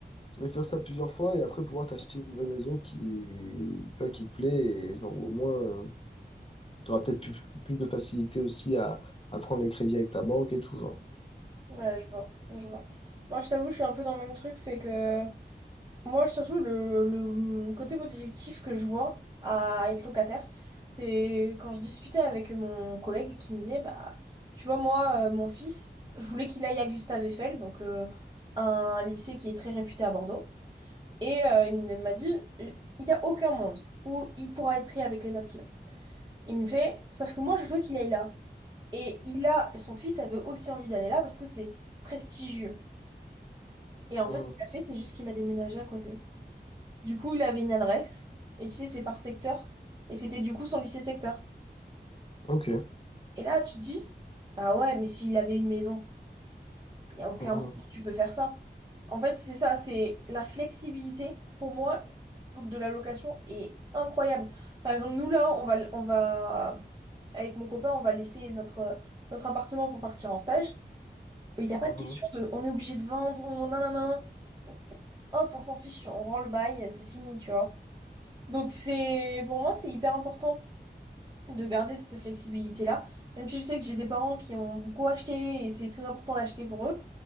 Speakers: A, on the left (about 30°); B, on the right (about 25°).
A: et faire ça plusieurs fois, et après pouvoir t'acheter une vraie maison qui, tu vois, qui te plaît, et genre au moins, tu auras peut-être plus, plus de facilité aussi à, à prendre les crédits avec ta banque et tout, genre.
B: Ouais, je vois, je vois. Moi, je t'avoue, je suis un peu dans le même truc, c'est que moi, surtout, le, le mm, côté positif que je vois à être locataire, c'est quand je discutais avec mon collègue qui me disait, bah, tu vois, moi, euh, mon fils, je voulais qu'il aille à Gustave Eiffel, donc euh, un lycée qui est très réputé à Bordeaux, et euh, il m- il m'a dit, il n'y a aucun monde où il pourra être pris avec les notes qu'il a. Il me fait, sauf que moi, je veux qu'il aille là. Et il a, son fils avait aussi envie d'aller là parce que c'est prestigieux. Et en
A: Mhm.
B: fait, ce qu'il a fait, c'est juste qu'il a déménagé à côté. Du coup, il avait une adresse, et tu sais, c'est par secteur, et c'était du coup son lycée de secteur.
A: Ok.
B: Et là, tu te dis, bah ouais, mais s'il avait une maison, il n'y a aucun
A: Mhm.
B: monde où tu peux faire ça. En fait, c'est ça, c'est la flexibilité, pour moi, de la location est incroyable. Par exemple, nous, là, on va, on va, avec mon copain, on va laisser notre, notre appartement pour partir en stage. Il n'y a pas
A: Mhm.
B: de question de, on est obligé de vendre, on, nanana, hop, on s'en fiche, on rend le bail, c'est fini, tu vois. Donc c'est pour moi c'est hyper important de garder cette flexibilité-là. Même si je sais que j'ai des parents qui ont beaucoup acheté et c'est très important d'acheter pour eux.